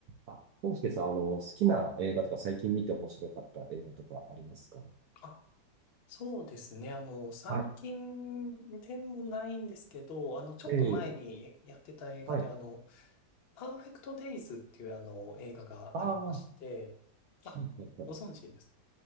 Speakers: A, on the right; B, on the left.
A: あ、康介さん、あの、好きな映画とか最近見て面白かった映画とかありますか
B: あ、そうですね。あの、最近でもないんですけど、
A: はい。
B: あの、ちょっと前にやってた映画で、
A: ええはい。
B: あの、パーフェクトデイズっていうあの、映画がありまして、
A: ああ、は
B: あ、
A: いはいはい。
B: ご存知です。